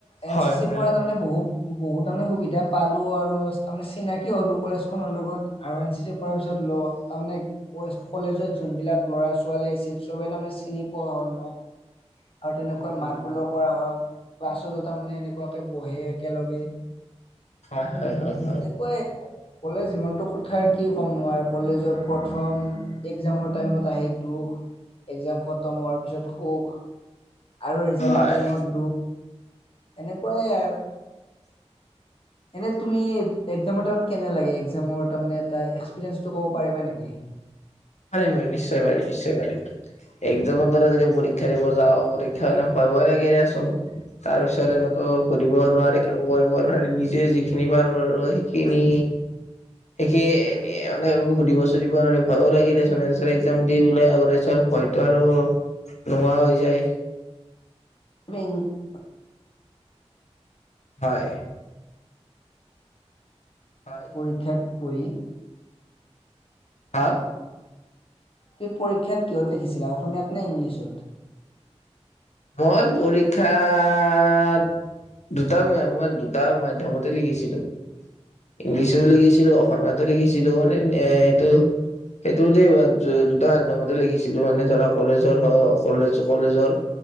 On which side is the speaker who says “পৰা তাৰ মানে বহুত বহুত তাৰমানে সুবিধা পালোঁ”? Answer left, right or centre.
Left